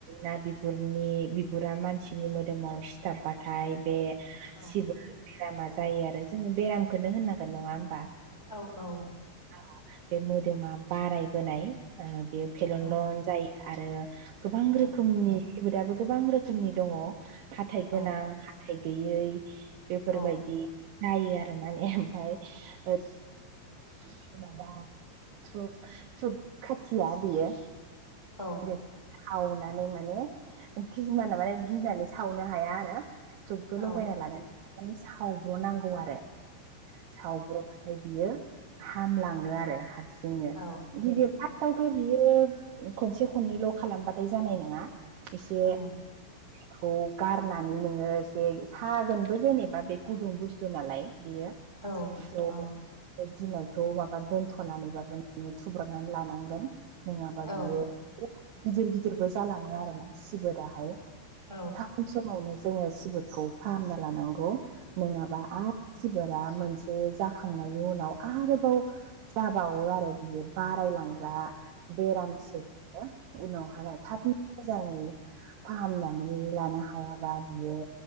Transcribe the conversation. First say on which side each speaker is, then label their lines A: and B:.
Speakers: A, on the right (about 70°); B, on the right (about 50°).
A: ना बिगुरनि बिगुरा मानसिनि मोदोमाव सिथाबबाथाय बे
B: औ
A: सिबो बेरामा जायो आरो जोङो बेरामखौ होननांगोन नङा होमबा?
B: औ औ
A: औ बे मोदोमा बारायबोनाय बे फेलनलन
B: औ
A: जायो आरो गोबां
B: औ
A: रोखोमनि सिबोदआबो गोबां रोखोमनि दङ हाथाइ
B: औ
A: गोनां हाथाय गैयै बेफोरबायदि
B: औ
A: जायो आरो माने ओमफाय आ माबा थ्रुब थ्रुप खाथिया बेयो
B: औ
A: बेखौ सावनानै माने खिसुमाना माने गिनानै सावनो हाया आरो। थुबखौ
B: औ
A: लगायना लानानै माने सावब्र' नांगौ आरो सावब्र' नाथाय बियो हामलाङो आरो हारसिंनो
B: औ
A: गिदिर <unintelligible>
B: औ
A: थ' बियो खनसे खननैल' खालामबाथाय जानाय नङा एसे
B: उम
A: खौ गारनानै नोङो एसे सागोनबो जेनेबा बे गुदुं बुस्थु नालाय बेयो
B: औ
A: <unintelligible>
B: औ
A: बे गिनाय बेखौ माबा दोन्थ'नानैबाबो नोङो थुब्रनानै लानांगोन नोङाबा
B: औ
A: बियो गिदिर गिदिरबो जालाङो आरोना सिबोदाहाय
B: औ
A: <unintelligible> समावनो जोङो सिबोदखौ फाहामना लानांगौ नङाबा आ मानसिफोरा मोनसे जाखांनायनि उनाव आरो खौ जाबावो आरो बियो बारायलांग्रा बेरामसो उनावहाय थाब मोजाङै फाहामनानै लानो हायाबा बियो